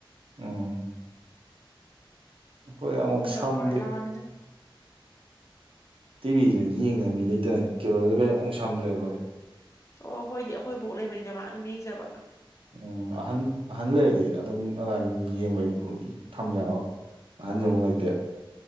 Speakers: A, on the right; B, on the left.
A: ꯎꯝ ꯑꯩꯈꯣꯏ ꯑꯃꯨꯛ
B: ꯏꯅꯥꯎꯄꯥ
A: ꯁꯝꯗꯦ
B: ꯂꯥꯛꯑꯃꯤꯅ
A: ꯇꯤꯚꯤꯁꯨ ꯌꯦꯡꯅ ꯃꯤ ꯂꯩꯇꯅ ꯀꯦꯕꯜꯗ ꯀꯔꯤ ꯑꯣꯛ ꯁꯝꯗ꯭ꯔꯦ ꯍꯣꯏ
B: ꯑꯣ ꯍꯣꯏꯗꯤ ꯑꯩꯈꯣꯏ ꯕꯣꯛ ꯂꯩꯕꯅꯤꯅ ꯃꯥ ꯑꯗꯨꯝ ꯌꯦꯡꯖꯕ
A: ꯎꯝ ꯑꯍꯟ ꯑꯍꯟ ꯂꯩꯔꯗꯤ ꯑꯗꯨꯝ ꯑꯗꯨꯃꯥꯏ ꯌꯦꯡꯕꯩ ꯊꯝ ꯌꯥꯕ ꯑꯍꯟꯁꯨ
B: ꯍꯣꯏ
A: ꯑꯃꯨꯛ ꯂꯩꯇ꯭ꯔꯦ